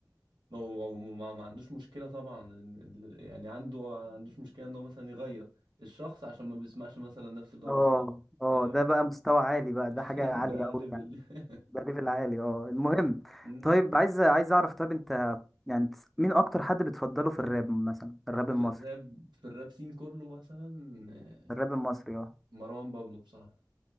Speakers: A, on the right; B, in the centre.
A: ما هو هو ما ما عندوش مشكلة طبعا ال- ال- يعني عنده ما عندوش مشكلة ان هو مثلا يغير الشخص عشان ما بيسمعش مثلا نفس اللي هو
B: اه
A: بيسمعه
B: اه
A: فاهم
B: ده بقى مستوى عالي بقى
A: <laughs>
B: ده حاجة عالية
A: ده
B: أوي
A: ليفل
B: يعني
A: <laughs>
B: ده ليفل عالي اه المهم
A: مم.
B: طيب عايز عايز أعرف طيب أنت يعني تس- مين أكتر حد بتفضله في الراب مثلا الراب
A: في
B: المصري
A: الراب في الراب سين كله مثلا آه،
B: الراب المصري اه
A: مروان بابلو بصراحة